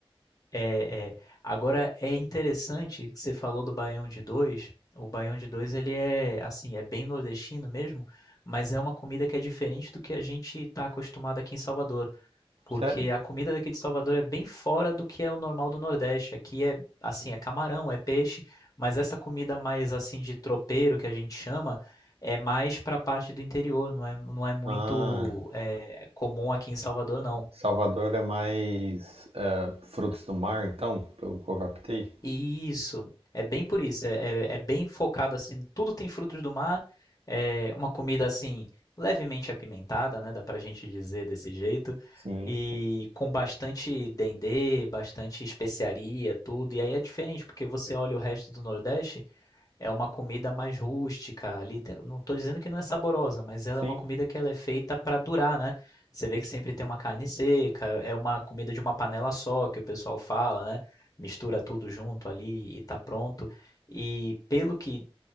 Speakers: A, on the left; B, on the right.
A: É, é. Agora é interessante que você falou do Baião de Dois. O Baião de Dois ele é assim, é bem nordestino mesmo, mas é uma comida que é diferente do que a gente está acostumado aqui em Salvador, porque
B: Sério?
A: a comida daqui de Salvador é bem fora do que é o normal do Nordeste. Aqui é assim, é camarão, é peixe, mas essa comida mais assim de tropeiro que a gente chama é mais para a parte do interior, não é, não é muito
B: Ah,
A: é, comum aqui em Salvador, não.
B: Salvador é mais eh, frutos do mar, então, pelo que eu captei.
A: Isso, é bem por isso, é, é- é bem focado assim, tudo tem frutos do mar, é uma comida assim levemente apimentada, né, dá pra gente dizer desse jeito,
B: Sim,
A: e com bastante dendê, bastante especiaria, tudo, e aí é diferente porque você olha o resto do Nordeste, é uma comida mais rústica ali. te- Não estou dizendo que não é saborosa, mas ela
B: sim,
A: é uma comida que ela é feita para durar, né? Você vê que sempre tem uma carne seca, é uma comida de uma panela só que o pessoal fala, né? Mistura tudo junto ali e tá pronto. E pelo que